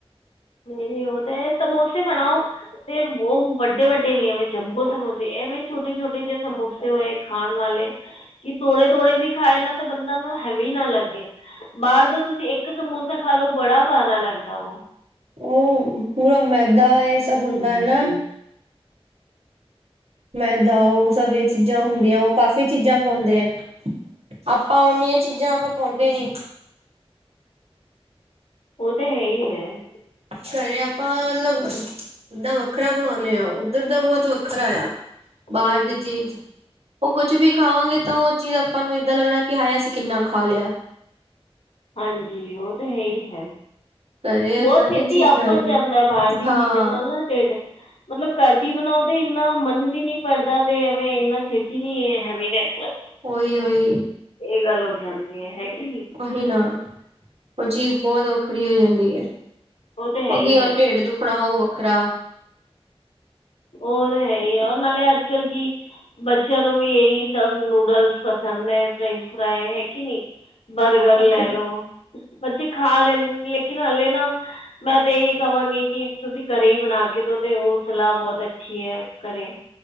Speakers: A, on the left (about 70°); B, on the right (about 75°).
A: ਨਹੀਂ-ਨਹੀ ਉਹਦੇ, ਸਮੋਸੇ ਬਣਾਓ। ਤੇ, ਉਹ ਵੱਡੇ-ਵੱਡੇ ਨੀ ਐਵੇਂ ਜੰਬੋ ਸਮੋਸੇ, ਐਵੇਂ ਛੋਟੇ-ਛੋਟੇ ਜਿਹੇ ਸਮੋਸੇ ਹੋਏ। ਖਾਣ ਵਾਲੇ, ਕਿ ਤੋੜੇ-ਤੋੜੇ ਵੀ ਖਾਏ ਨਾ, ਤਾਂ ਬੰਦਾ ਨਾ ਹੈਵੀ ਨਾ ਲੱਗੇ। ਬਾਹਰ ਦਾ ਤੁਸੀਂ ਇੱਕ ਸਮੋਸਾ ਖਾਲੋ, ਬੜਾ ਭਾਰਾ ਲੱਗਦਾ ਉਹ।
B: ਉਂਹ, ਪੂਰਾ ਮੈਦਾ ਇਹ ਸਭ ਹੁੰਦਾ ਹੈ, ਨਾ। ਮੈਦਾ ਉਹ ਸਭ, ਇਹ ਚੀਜ਼ਾਂ ਹੁੰਦੀਆਂ
A: ਹੂੰ,
B: ਉਹ ਕਾਫੀ ਚੀਜ਼ਾਂ ਪਾਉਂਦੇਨ, ਆਪਾਂ ਓਨੀਆਂ ਚੀਜ਼ਾਂ ਆਪਾਂ ਪਾਉਂਦੇ ਨੀ।
A: ਉਹ ਤਾ, ਹੈਹੀ ਹੈ।
B: ਗਏ ਆਪਾਂ, ਲਬ ਏਦਾਂ ਵੱਖਰਾ ਬਣਾਉਂਨੇ ਆ, ਉੱਧਰ ਦਾ ਬਹੁਤ ਵੱਖਰਾ ਯਾ, ਬਾਹਰ
A: ਹੂੰ,
B: ਦੀ ਚੀਜ਼ ਉਹ ਕੁਝ ਵੀ ਖਾਵਾਂਗੇ ਤਾਂ ਉਹ ਚੀਜ਼ ਆਪਾਂ ਨੂੰ ਇੱਦਾਂ ਲੱਗਣਾ ਕਿ, ਹਾਏ ਅਸੀਂ ਕਿੰਨਾ ਖਾਲਿਆ।
A: ਹਾਂਜੀ, ਉਹ ਤਾ ਹੈਹੀ ਹੈ।
B: ਘਰੇ
A: ਬਹੁਤ
B: ਏਦਾਂ
A: ਛੇਤੀ
B: ਦੀ ਚੀਜ਼
A: ਅੱਫਰ
B: ਨਾਲ
A: ਜਾਂਦਾ, ਬਾਹਰ ਦੀ
B: ਹਾਂ
A: ਚੀਜ਼ਾਂ ਨਾਲ ਨਾ ਢਿੱਡ। ਮਤਲਬ ਘਰਦੀ ਬਣਾਓ, ਤੇ ਇੰਨਾ ਮਨ ਵੀ ਨੀ ਭਰਦਾ ਤੇ, ਐਵੇਂ ਇੰਨਾ ਛੇਤੀ ਨੀ ਹੈਵੀ ਨੀ ਹੁੰਦਾ।
B: ਓਈ, ਓਈ।
A: ਇਹ ਗੱਲ ਹੋ ਜਾਂਦੀ ਏ, ਹੈ ਕਿ ਨਹੀਂ।
B: ਓਹੀ ਨਾ, ਉਹ ਚੀਜ਼ ਬਹੁਤ ਵੱਖਰੀ ਹੋ ਜਾਂਦੀ ਏ।
A: ਤਾਂ ਹੈ
B: ਉਹ
A: ਹੀ
B: ਕੀ ਉਹ,
A: ਹੈ
B: ਢਿੱਡ ਦੁੱਖਣਾ, ਉਹ ਵੱਖਰਾ।
A: ਉਹ ਤਾਂ ਹੈ, ਉਹ ਨਾਲੇ ਅੱਜ- ਕੱਲ ਕੀ ਬੱਚਿਆਂ ਨੂੰ ਵੀ ਇਹੀ ਸਭ ਨੂਡਲਸ ਪਸੰਦ ਹੈ ਫਰੈਂਚ ਫਰਾਈ ਹੈ ਕਿ ਨਹੀਂ ਬਰਗਰ
B: ਹਮ
A: ਲੈ ਲਓ, ਬੱਚੇ ਖਾ ਲੈਂਦੇ ਲੇਕਿਨ ਹਾਲੇ ਨਾ ਮੈਂ ਤੇ ਇਹੀ ਕਹਾਂਗੀ, ਕਿ ਤੁਸੀਂ ਘਰੇ ਹੀ ਬਣਾ ਕੇ ਦੋ ਤੇ ਉਹ ਸਲਾਹ ਬਹੁਤ ਅੱਛੀ ਹੈ ਘਰੇ,